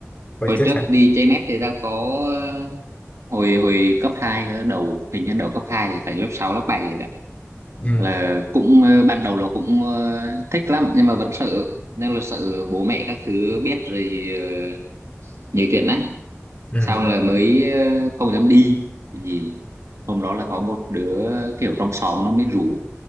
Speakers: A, on the left (about 25°); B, on the right (about 75°).
A: hồi
B: hồi
A: trước
B: trước
A: sao
B: đi chơi net thì tao có ờ, hồi hồi cấp 2 cơ, đầu hình như đầu cấp 2 thì phải lớp 6 lớp 7 rồi đó
A: ừ.
B: là cũng ờ, ban đầu là cũng ờ, thích lắm nhưng mà vẫn sợ nên là sợ bố mẹ các thứ biết rồi ờ, nhiều chuyện á
A: Ừ.
B: sau là mới ờ, không dám đi gì hôm đó là có một đứa kiểu trong xóm nó mới rủ